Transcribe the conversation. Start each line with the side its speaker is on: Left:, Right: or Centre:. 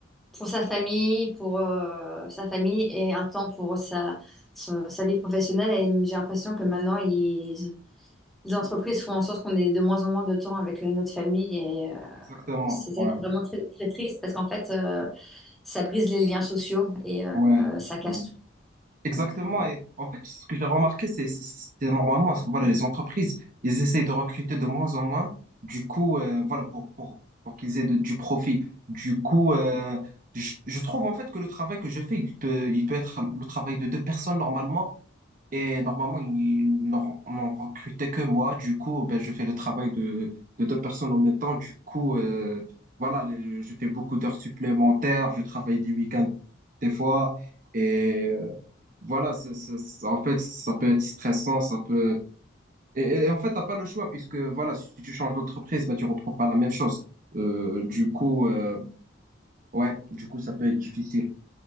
Centre: pour sa famille, pour euh, sa famille et un temps pour sa, sa, sa vie professionnelle. Et j'ai l'impression que maintenant, ils- les entreprises font en sorte qu'on ait de moins en moins de temps avec euh, notre famille. Et euh,
Right: Exactement.
Centre: c'est ça
Right: Ouais,
Centre: qui est vraiment très, très triste parce qu'en fait, euh, ça brise les liens sociaux et euh,
Right: ouais,
Centre: euh, ça casse
Right: ouais.
Centre: tout.
Right: Exactement.
Centre: Donc, euh,
Right: Et en fait, ce que j'ai remarqué, c'est c'est- normalement, voilà, les entreprises, ils essayent de recruter de moins en moins. Du coup, euh, voilà, pour, pour, pour qu'ils aient de- du profit. Du coup, euh, je, je trouve en fait que le travail que je fais, il peut, il peut être le travail de deux personnes normalement. Et normalement, ils n'en n'en recrutaient que moi. Du coup, ben, je fais le travail de, de deux personnes en même temps. Du coup, euh, voilà, euh, je fais beaucoup d'heures supplémentaires. Je travaille des week-ends des fois. Et euh, voilà, c'est- c'est- c'est- en fait, ça peut être stressant. Ça peut... Et, et- et en fait, t'as pas le choix puisque voilà, si tu changes d'entreprise, ben, tu retrouves pas la même chose. Euh, du coup, euh, ouais, du coup, ça peut être difficile.